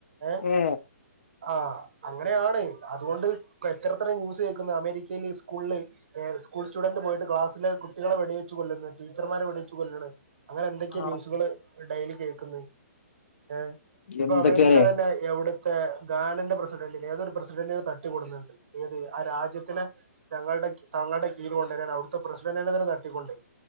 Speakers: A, on the right; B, on the left.
A: ഏഹ്
B: ഏ
A: ആഹ് അങ്ങനെ ആണ് അതുകൊണ്ട് ക്ലെച്ചെറത്ര ന്യൂസ് കേക്കുന്നു അമേരിക്കീല് സ്കൂളില്. എഹ് സ്കൂൾ സ്റ്റുഡന്റ് പോയിട്ട് ക്ലാസിലെ കുട്ടികളെ വെടിവെച്ച് കൊല്ല്ന്ന് ടീച്ചർമാരെ വെടിച്ച് കൊല്ല്ണ്. അങ്ങനെന്തൊക്കെയെ
B: ആ
A: ന്യൂസുകള് ഡെയിലി കേക്കുന്ന്. ഏഹ് ഇപ്പൊ
B: എന്തൊക്കെയല്ലേ
A: അമേരിക്ക തന്നെ എവിടുത്തെ ഗാനന്റെ പ്രസിഡന്റിനെ ഏതോരു പ്രസിഡന്റിന് തട്ടിക്കൊടുന്നുണ്ട് ഏത് ആ രാജ്യത്തിനെ ഞങ്ങളുടെ തങ്ങളുടെ കീഴിൽ കൊണ്ടരാൻ അവിടുത്തെ പ്രസിഡന്റിനെ തന്നെ തട്ടിക്കൊണ്ടോയി.